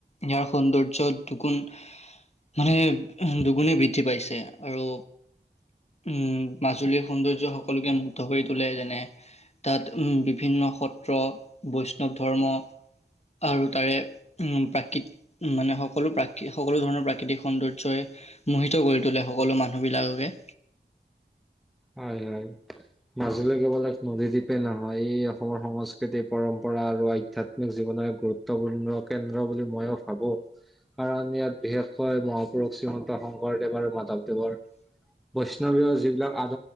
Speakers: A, on the left (about 35°); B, in the centre.
A: ইয়াৰ সৌন্দৰ্য দুগুণ মানে দুগুণে বৃদ্ধি পাইছে আৰু উম মাজুলী সৌন্দৰ্য সকলোকে মুগ্ধ কৰি তোলোই জানো তাত উম বিভিন্ন সত্ৰ বৈষ্ণৱ ধৰ্ম আৰু তাৰে উম প্ৰাকৃৃত মানে হওক সকলো প্ৰাকী সকলো ধৰণৰ প্ৰ প্ৰাকৃতিক সৌন্দৰ্যই মোহিত কৰি তোলে সকলো মানুহবিলাককে।
B: হয় হয় মাজুলী কেৱল এক নদীদ্বীপে নহয় ই অসমৰ সংস্কৃতি পৰম্পৰা আৰু আধ্যাত্মিক জীৱনৰ এক গুৰুত্বপূৰ্ণ কেন্দ্ৰ বুলি ময়ও ভাবো কাৰণ ইয়াত বিশেষকৈ মহাপুৰুষ শ্ৰীমন্ত শংকৰদেৱ আৰু মাধৱদেৱৰ বৈষ্ণৱীয় যিবিলাক আদ